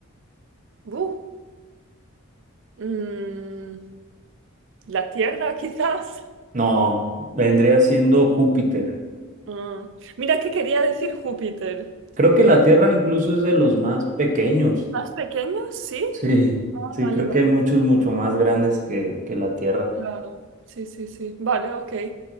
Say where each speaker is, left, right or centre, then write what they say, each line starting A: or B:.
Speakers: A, on the right; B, on the right.
A: Buh. Mm, la Tierra, quizás.
B: No, vendría
A: <laughs>
B: siendo Júpiter.
A: Ah, Mira que quería decir Júpiter.
B: Creo que la
A: Ah,
B: Tierra incluso es de los más pequeños.
A: ¿Más pequeño? Sí.
B: Sí,
A: Ah,
B: sí,
A: vale,
B: creo
A: vale.
B: que hay muchos mucho más grandes que, que la Tierra.
A: Claro. Sí, sí, sí. Vale, ok.